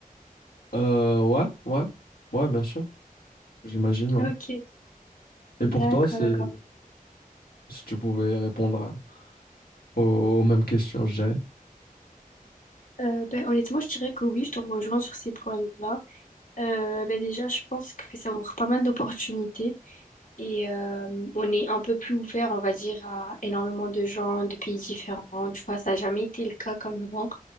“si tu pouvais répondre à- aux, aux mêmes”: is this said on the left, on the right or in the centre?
Left